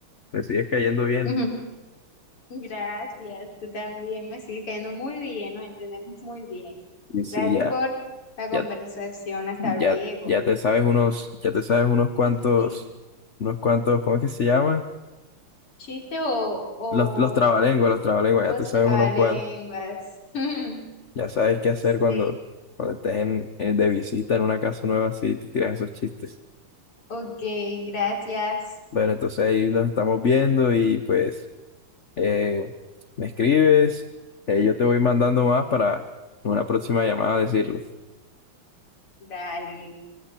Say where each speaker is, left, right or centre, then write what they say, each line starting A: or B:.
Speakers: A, on the left; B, on the left.
A: Me sigues cayendo bien.
B: Ujú. Gracias, tú también me sigues cayendo muy bien, nos entendemos muy bien.
A: Sí, sí,
B: Gracias
A: ya.
B: por la conversación,
A: ya
B: hasta
A: Ya,
B: luego.
A: ya te sabes unos, ya te sabes unos cuantos,
B: No es chis-
A: unos cuantos, ¿cómo es que se llaman?
B: Chiste, o, o
A: Los, los trabalenguas, los trabalenguas,
B: los
A: ya te sabes
B: trabalenguas.
A: unos cuantos.
B: <laughs>
A: Ya sabes qué hacer
B: Sí,
A: cuando, cuando estés en, en- de visita en una casa nueva, así te tiras esos chistes.
B: ok, gracias.
A: Bueno, entonces ahí nos estamos viendo y pues eh, me escribes, eh, yo te voy mandando más para en una próxima llamada decirlo.
B: Dale.